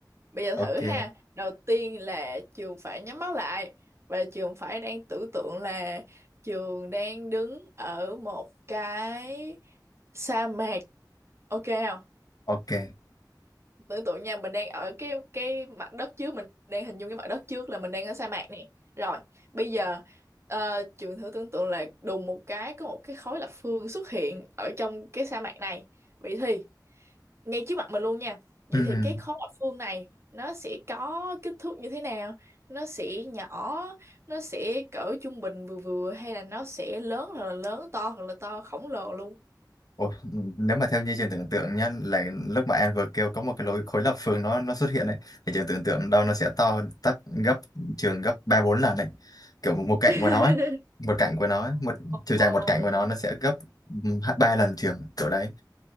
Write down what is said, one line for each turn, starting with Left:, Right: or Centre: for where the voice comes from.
Right: bây giờ
Left: Ok,
Right: thử ha đầu tiên là trường phải nhắm mắt lại và trường phải đang tưởng tượng là trường đang đứng ở một cái sa mạc ok không
Left: ok.
Right: tưởng tượng nha mình đang ở cái cái mặt đất trước mình đang hình dung cái mặt đất trước là mình đang ở sa mạc nè rồi bây giờ ờ, trường thử tưởng tượng là đùng một cái có một cái khối lập phương xuất hiện ở trong cái sa mạc này vậy thì ngay trước mặt mình luôn nha vậy
Left: Ừ,
Right: thì
Left: ừ.
Right: cái khối lập phương này nó sẽ có kích thước như thế nào nó sẽ nhỏ nó sẽ cỡ trung bình vừa vừa hay là nó sẽ lớn hoặc là lớn to hoặc là to khổng lồ luôn
Left: Ồ, nếu mà theo như trường tưởng tượng nhá là lúc mà em vừa kêu có một cái lối khối lập phương nó nó xuất hiện đấy thì trường tưởng tượng đâu nó sẽ to tấp gấp trường gấp ba bốn lần này kiểu một cạnh
Right: <laughs>
Left: của nó ấy một cạnh của nó ấy, một chiều
Right: Ồ,
Left: dài một cạnh của nó nó sẽ gấp ừm, ba lần trường kiểu đấy